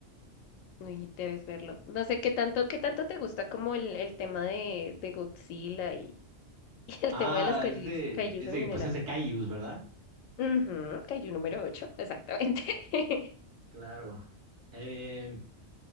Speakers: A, on the left (about 85°); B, on the right (about 60°).
A: Uy, debes verlo. No sé qué tanto, qué tanto te gusta como el, el tema de, de Godzilla y, <laughs> y el
B: Ah,
A: tema de los kaijus,
B: es de,
A: kaijus
B: es
A: en
B: de,
A: general.
B: pues es de Kaijus, ¿verdad?
A: Ujú, Kaiju número ocho. exactamente. <laughs>
B: Claro. Em,